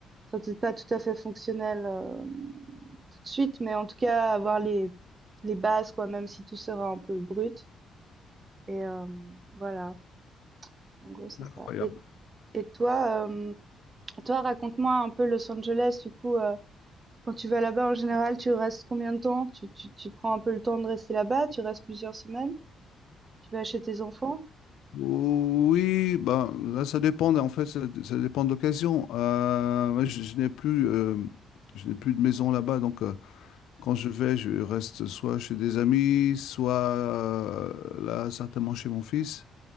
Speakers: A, on the right (about 35°); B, on the left (about 80°).
A: ça peut pas tout à fait fonctionnel euh, tout de suite, mais en tout cas avoir les les bases quoi, même si tout sera un peu brut. Et euh, voilà, en gros c'est
B: Incroyable.
A: ça. Et et toi, euh, toi raconte-moi un peu Los Angeles du coup. euh, Quand tu vas là-bas, en général, tu restes combien de temps? Tu, tu, tu prends un peu le temps de rester là-bas? Tu restes plusieurs semaines? Tu vas chez tes enfants?
B: Oui, ben là, ça dépend. En fait, ça, ça dépend de l'occasion. Euh, moi, je, je n'ai plus, euh, je n'ai plus de maison là-bas, donc. euh, Quand je vais, je reste soit chez des amis, soit euh, là, certainement chez mon fils.